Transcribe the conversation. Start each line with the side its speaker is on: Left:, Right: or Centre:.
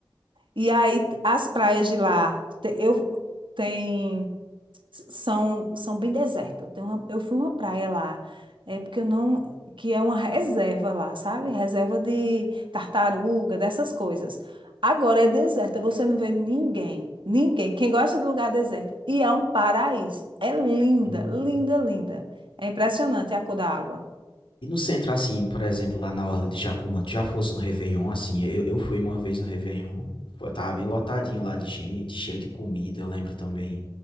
Right: E aí t- as praias de lá, te- eu tem s- são, são bem desertas. Tem uma- eu fui uma praia lá, é porque eu não, que é uma reserva lá, sabe? Reserva de tartaruga, dessas coisas. Agora é deserta, você não vê ninguém, ninguém. Quem gosta de lugar deserto. E é um paraíso. É linda,
Left: hum.
Right: linda, linda. É impressionante a cor da água.
Left: E no centro, assim, por exemplo, lá na Orla de Jacumã, tu já fosse no Réveillon, assim, eu, eu fui uma vez no Réveillon, foi, tava bem lotadinho lá de gente, cheio de comida, eu lembro também